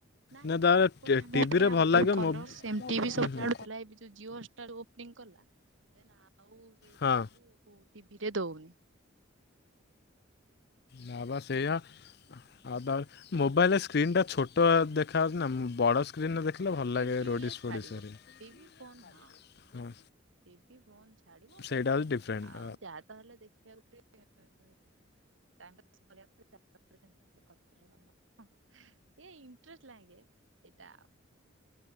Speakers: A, on the right (about 75°); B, on the left (about 55°).
A: ନାଇଁ
B: ନା
A: ନାଇଁ
B: ତାର
A: ଏପଟେ ଆମ
B: ଟିଭିରେ
A: ଏପଟେ
B: ଭଲ ଲାଗେ
A: କଲର୍
B: ମୋ ହୁଁ
A: ଏମ ଟିଭି ସବୁ
B: ହୁଁ।
A: ଛାଡୁଥିଲା ଏ ଯୋଉ ଜିଓ ଷ୍ଟାର ଓ। ଓପନିଙ୍ଗ କଲା ଦେନ ଆଉ ସେଇ ଗୁରା
B: ହଁ
A: ସବୁ ଟିଭିରେ ଦଉନି।
B: ନା ବା ସେଇଆ। ଆଉ ବା ଉ ମୋବାଇଲ ରେ ସ୍କ୍ରିନ୍ ଟା ଛୋଟ ଦେଖାହଉଛି ନା ବଡ ସ ସ୍କ୍ରିନ୍ ରୁ ଦେଖିଲେ ଭଲ
A: ଟିଭି
B: ଲାଗେ ରୋଡ଼ିସ୍
A: ଇଏ
B: ଫୋଡ଼ିଶ
A: ଛାଡିବ
B: ଘରିକା
A: ଟିଭି ଫୋନ ହଁ
B: ହଁ।
A: ଟିଭି ଫୋନ୍‌ ଛାଡିବ ଜେନ
B: ସେଇଟା ହେଉଛି ଡିଫରେଣ୍ଟ
A: ଆଉ ଯାହା। ତାହେଲେ ଦେଖିବା ଗୋଟେ <unintelligible> ସେଟା କରିଦେଲେ ଗଲା ଏଇଆ ଇନଟ୍ରେଷ୍ଟ ଲାଗେ ସେଇଟା।